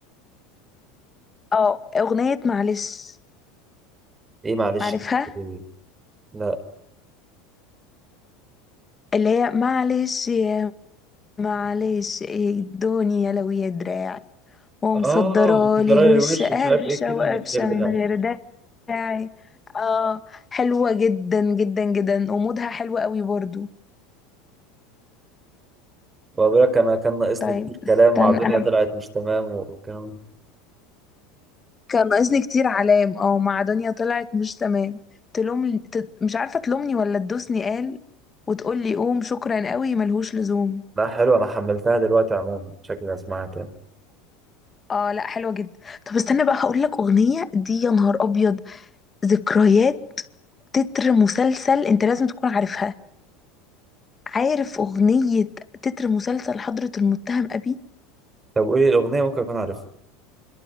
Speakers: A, on the left (about 20°); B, on the right (about 20°).
A: اه اغنيه معلش
B: إيه معلش
A: عارفها
B: قولي. لا
A: اللي هي معلش يا معلش ايه الدنيا لو يا دراعي ومصدرالي
B: آه بتجرالي
A: الوش
B: الوش
A: قرشه
B: مش عارف إيه كده
A: وقفشه
B: من غير داعي
A: من غير داعي اه حلوه جدا جدا جدا ومودها حلو قوي برضو
B: وأقول لك أنا كان ناقصني
A: طيب
B: كتير
A: استنى
B: كلام مع دنيا
A: انا
B: طلعت مش تمام والكلام
A: كان ناقصني كتير علام اه مع دنيا طلعت مش تمام تلوم ت- مش عارفة تلومني ولا تدوسني قال وتقول لي قوم شكرا قوي ملهوش لزوم
B: لا حلو أنا حملتها دلوقتي عموما شكلي هسمعها تاني
A: اه لا حلوة جدا طب استنى بقى هقول لك أغنية دي يا نهار أبيض ذكريات تتر مسلسل انت لازم تكون عارفها عارف أغنية تتر مسلسل حضرة المتهم أبي
B: طب قولي الأغنية ممكن أكون عارفها